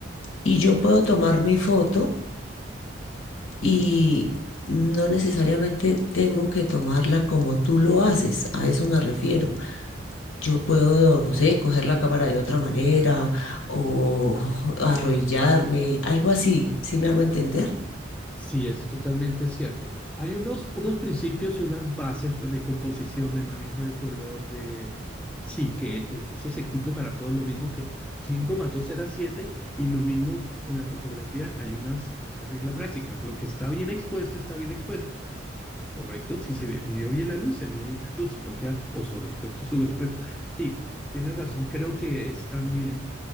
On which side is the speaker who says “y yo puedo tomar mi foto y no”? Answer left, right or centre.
Left